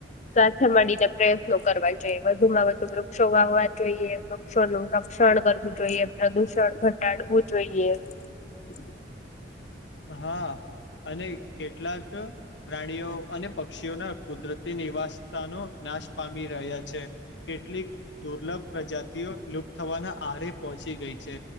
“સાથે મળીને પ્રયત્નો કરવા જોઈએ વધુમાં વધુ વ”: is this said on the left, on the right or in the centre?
Left